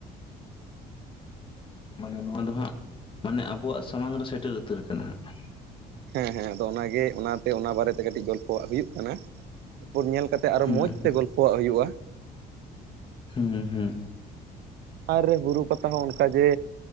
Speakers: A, on the left; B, on the right.
A: ᱢᱟᱱᱮ ᱱᱚᱣᱟ ᱫᱚ ᱦᱟᱸᱜ ᱢᱟᱱᱮ ᱟᱵᱚᱣᱟᱜ ᱥᱟᱢᱟᱝ ᱨᱮ ᱥᱮᱴᱮᱨ ᱩᱛᱟᱹᱨ ᱠᱟᱱᱟ ᱦᱟᱸᱜ ᱾
B: ᱦᱮᱸ ᱦᱮᱸ ᱟᱫᱚ ᱚᱱᱟᱜᱮ ᱚᱱᱟᱛᱮ ᱚᱱᱟ ᱵᱟᱨᱮᱛᱮ ᱠᱟᱹᱴᱤᱡ ᱜᱚᱞᱯᱚᱣᱟ ᱦᱩᱭᱩᱜ ᱠᱟᱱᱟ, ᱛᱟᱨᱯᱚᱨ ᱧᱮᱞ ᱠᱟᱛᱮᱜ ᱟᱨᱚ
A: ᱦᱩᱸ
B: ᱢᱚᱸᱡᱽ ᱛᱮ ᱜᱚᱞᱯᱚᱣᱟᱜ ᱦᱩᱭᱩᱜᱼᱟ ᱾
A: ᱦᱩᱸ ᱦᱩᱸ
B: ᱟᱨ ᱵᱩᱨᱩ ᱯᱟᱛᱟ ᱦᱚᱸ ᱚᱱᱠᱟ ᱡᱮ